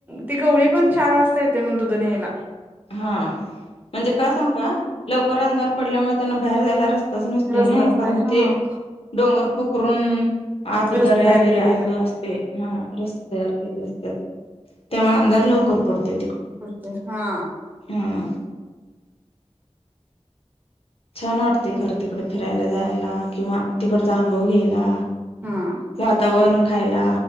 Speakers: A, on the right (about 15°); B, on the left (about 55°).
A: ती गवळी पण चार वाजता येते म्हण दुध न्यायला.
B: हां म्हणजे का सांगू का लवकर अंधार पडल्यामुळे त्यांना बाहेर जायला र स्ता नसते
A: रस्ताच
B: नाय कारण
A: नाही हा
B: ते डोंगर पोखरून आत
A: रस्ता
B: दर्या
A: तयार
B: बिऱ्या
A: केलेला.
B: असं असते हा रस्ते तयार केले असतत. तेव्हा अंधार लवकर पडते.
A: पडते हां.
B: हम्म. छान वाटते खरं तिकड फिरायला जायला किंवा तिकड चा अनुभव घ्यायला
A: हा
B: वातावरण खायला.